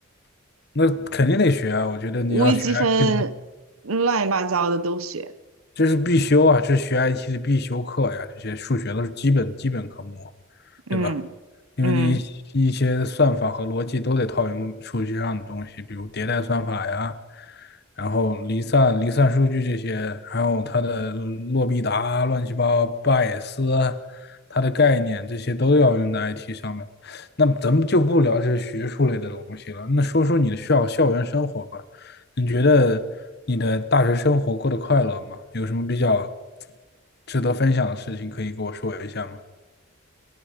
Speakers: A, on the left; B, on the right.
A: <laughs> 那肯定得学啊，我觉得你要学
B: 微积分，
A: IT 的，
B: 乱七八糟的都学。
A: 这是必修啊，这是学 IT 的必修课呀，这些数学都是基本基本科目，对吧？
B: 嗯嗯。
A: 因为你一些算法和逻辑都得套用数据上的东西，比如迭代算法呀，然后离散、离散数据这些，还有它的洛必达啊、乱七八糟、巴也斯啊，它的概念这些都要用在 IT 上面。那咱们就不聊这些学术类的东西了，那说说你的校校园生活吧。你觉得你的大学生活过得快乐吗？有什么比较值得分享的事情可以跟我说一下吗？